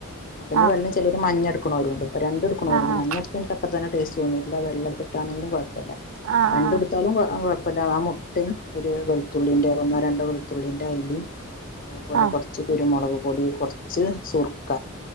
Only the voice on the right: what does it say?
ആഹ്
ആഹ്
ആഹ് ആഹ്
ആഹ് ആഹ് ആഹ്